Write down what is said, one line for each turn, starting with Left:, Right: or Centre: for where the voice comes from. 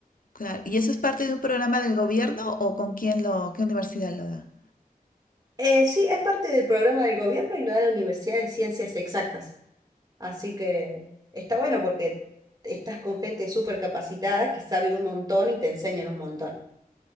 Left: Claro. ¿Y eso es parte de un programa del gobierno o con quién lo, qué universidad lo da?
Right: Eh, sí, es parte del programa del gobierno y lo da la Universidad de Ciencias Exactas. Así que está bueno porque estás con gente súper capacitada que sabe un montón y te enseñan un montón.